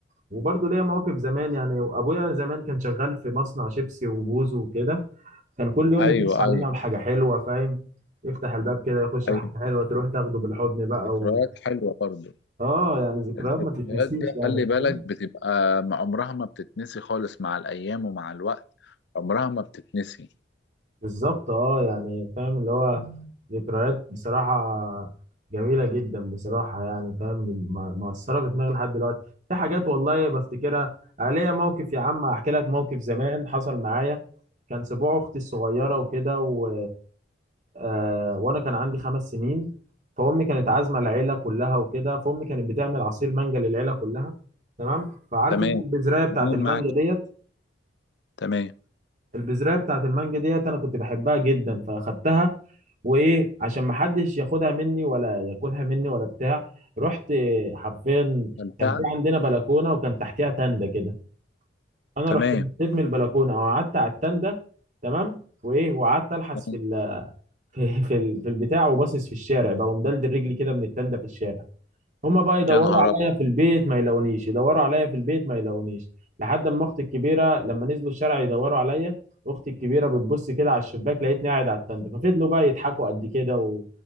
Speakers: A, on the right; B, on the left.
A: وبرضه ليا مواقف زمان يعني ابويا زمان كان شغال في مصنع شيبسي وبوز وكده كان كل يوم
B: أيوه
A: يخش علينا
B: أيوه
A: بحاجه حلوه فاهم يفتح الباب كده يخش
B: أيوه
A: بحاجه حلوه تروح تاخده بالحضن بقى
B: ذكريات
A: و...
B: حلوة برضو
A: اه يعني ذكريات
B: الذكريات
A: ما تتنسيش
B: دي
A: يعني
B: خلي بالك
A: فاهم
B: بتبقى مع- عمرها ما بتتنسي خالص مع الأيام ومع الوقت عمرها ما بتتنسي
A: بالظبط اه يعني فاهم اللي هو ذكريات بصراحه جميله جدا بصراحه يعني فاهم من- ما- مأثره في دماغي لحد دلوقتي في حاجات والله بفتكرها آه، ليا موقف يا عم احكي لك موقف زمان حصل معايا كان سبوع اختي الصغيره وكده و آه، وانا كان عندي خمس سنين فامي كانت عازمه العيله كلها وكده فامي كانت بتعمل عصير مانجا للعيله كلها تمام فعارف
B: تمام
A: انت البذرايه بتاعت
B: تمام
A: المانجا
B: معاك
A: ديت
B: تمام
A: البذرايه بتاعت المانجا ديت انا كنت بحبها جدا فاخدتها وايه عشان ما حدش ياخدها مني ولا ياكلها مني ولا بتاع رحت آه، حرفيا
B: ممتعة
A: كان في عندنا بلكونه وكان تحتها تندة كده انا
B: تمام
A: رحت نطيت من البلكونه او قعدت على التندة تمام وايه وقعدت الحس
B: تمام
A: في في <laughs> في ال- في البتاع وباصص في الشارع بقى ومدلدل رجلي كده من التندة في الشارع هما بقى يدوروا
B: يا نهار
A: عليا
B: أبيض
A: في البيت ما يلاقونيش يدوروا عليا في البيت ما يلاقونيش لحد ما اختي الكبيرة لما نزلوا الشارع يدوروا عليا اختي الكبيرة بتبص كده على الشباك لقيتني قاعد على التندة ففضلوا بقى يضحكوا قد كده و...